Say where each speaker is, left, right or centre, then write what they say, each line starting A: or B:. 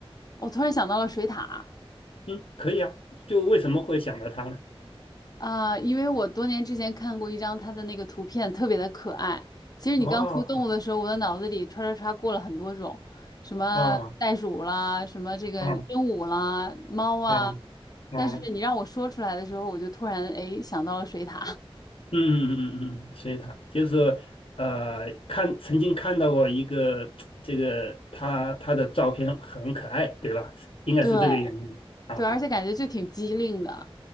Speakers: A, on the left; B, on the left.
A: 我突然想到了水獭
B: 嗯，可以啊。就为什么会想到它呢？
A: 啊，因为我多年之前看过一张它的那个图片，特别的可爱。其实你刚说动物的时候，
B: 啊
A: 我的脑子里唰唰唰过了很多种，什么袋鼠啦，
B: 啊
A: 什么这个鹦鹉啦，
B: 啊
A: 猫啊。
B: 啊啊！
A: 但是你让我说出来的时候，我就突然哎想到了水獭。
B: 嗯嗯嗯嗯，嗯，所以他就是呃，看曾经看到过一个这个他他的照片很可爱，对吧？应该是这个原因啊。
A: 对对，而且感觉就挺机灵的。